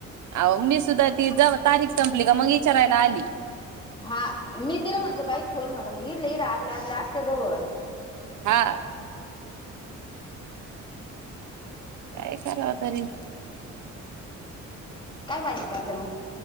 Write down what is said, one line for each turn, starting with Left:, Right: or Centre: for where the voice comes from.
Right: अह मी सुद्धा ती जा तारीख संपली का मग विचारायला आली.
Left: हा मी तिला म्हटलं बाईक खोलोल म्हटलं मग इडलं इड आपल्या आपल्या असत्या जवळ
Right: हा.
Left: ह.
Right: काय कराव
Left: बर
Right: तरीे.
Left: काय बाजी करते मग?